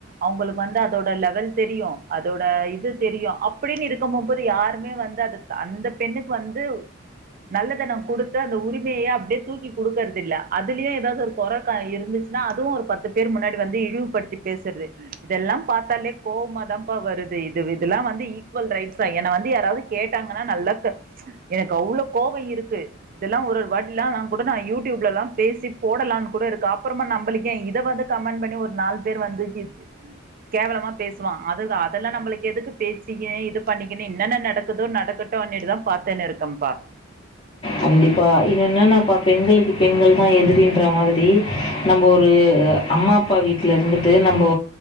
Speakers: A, on the right (about 45°); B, on the left (about 30°).
A: அவங்ளுக் வந்து அதோட லெவல் தெரியு அதோட இது தெரியோ அப்டின்னு இருக்கும் மோபோது யாருமே வந்து அது அந்த பெண்ணுக்கு வந்து நல்லத நம் குடுத்து அந்த உரிமையே அப்டியே தூக்கி குடுக்கற்து இல்ல அதுலயு ஏதாவது ஒரு கொற க இருந்துச் னா அதுவு ஒரு பத்து பேரு முன்னாடி வந்து இழிவுபடுத்தி பேசர்து இதெல்லா பாத்தாலே கோவமாதா ப்பா வருது இது இதெல்லா வந்து ஈ ஈக்வல் ரைட்ஸ் தா என்ன வந்து யாராவது கேட்டாங்ன்னா நல்லா எனக்கு அவ்ளோ கோவோ இருக்கு இதெல்லா ஒரு ஒரு வாட்டிலா நா கூட தா யூடியூப்லல்லா பேசி போடலான் கூட இருக்கு அப்பறமா நம்பளுக் ஏ இத வந்து கமெண்ட் பண்ணி ஒரு நாலு பேரு வந்து திட் கேவலமா பேசுவா அது அதெல்லா நம்பளுக் எதுக்கு பேச்சிக்க இது பண்ணிக்குனு என்னன்ன நடக்குதோ நடக்கட் டோனிட்டு தா பாத்துன்னு இருக்கம்ப்பா
B: கண்டிப்பா இன்ன என்னன்னாப்பா பெண்களுக்கு பெண்கள் தா எதிரின்ற மாதிரி நம்ப ஒரு அம்மா அப்பா வீட்ல இருந்துட்டு நம்போ